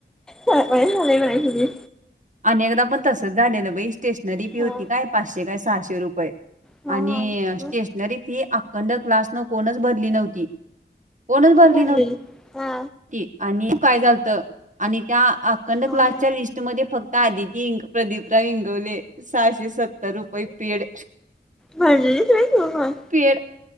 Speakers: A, in the centre; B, on the right.
A: सरप्राइज आलंय म्हणायचं की
B: अनेकदा पण तसंच झालेलं बाई स्टेशनरी फी
A: हा
B: होती काय पाचशे काय सहाशे रुपये
A: हा
B: आणि
A: हा
B: स्टेशनरी
A: मग
B: फी कंड क्लासनं कोणच भरली नव्हती कोणच भरली
A: भजी
B: नव्हती
A: हा
B: आणि काय झालत आणि त्या अखंड
A: हा
B: क्लासच्या
A: हा
B: लिस्ट मध्ये फक्त तादितींग प्रदीपराव ईगवले सहाशे सत्तर रुपये पेड
A: भजी खाईस तू पण
B: पेड